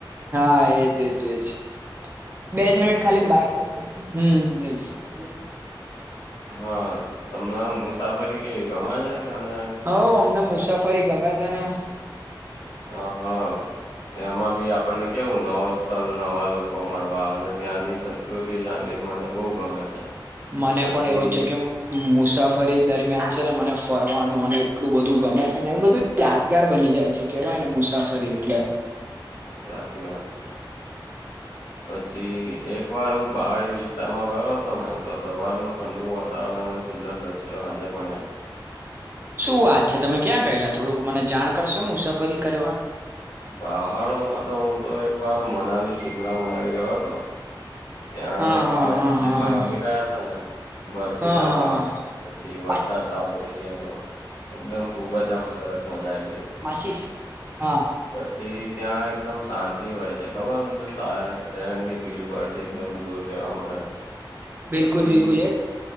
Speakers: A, on the right; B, on the left.
A: હા, એજ, એજ, એજ. બે જ મિનિટ ખાલી બાઈક, હમ્મ હમ્મ જ.
B: હા તમને આ મુસાફરી કેવી ગમે છે કે ને
A: હઉ અમને મુસાફરી ગમે છે ને
B: હા, હા. એમાં બી આપણને કેવું નવો સ્થળ નવા લોકો મળવા અને ત્યાંની સંસ્ કૃતિ જાની મને બહુ ગમે છે.
A: મને
B: પછી
A: પણ એવું છે કેમ મુસાફરી દરમિયાન છે ને મને ફરવાનું અને એટલું બધું ગમે છે ને એ બધું યાદગાર બની જાય છે કેવાય ને મુસાફરી એટલે
B: સાચી વાત છે. પછી એક વાર હું પહાડી વિસ્તારમાં ગયો હતો ને તો સવારનું ઠંડુું વા તાવરણ અને સુંદર દ્રશ્યો આજે પણ યાદ છે.
A: શું વાત છે, તમે ક્યાં ગયેલા થોડુંક મને જાણ કરશો મુસાફરી કરવા?
B: પહાડોમાં તો હું તો એક વાર મનાલી, શિમલા, મનાલી ગયો હતો. ત્યાંના
A: હા
B: પહાડો
A: હા હા
B: મને
A: હા
B: એટલા
A: હા
B: ગમી ગયા હતા ને બરફીલા
A: હા હા
B: પહાડ પછી વરસાદ
A: હા
B: ચાલું થઇ ગયા હતો એકદમ ખુબ જ આમ સરસ મજા આઈ ગઈ હતી.
A: પચીસ, હા.
B: પછી ત્યાં એકદમ શાંતિ હોય છે ખબર તમને શાર શહેરની ભીડભાડ થી એકદમ દૂર રેવા મળે છે,
A: બિલકુલ
B: પછી
A: બિલકુલ એ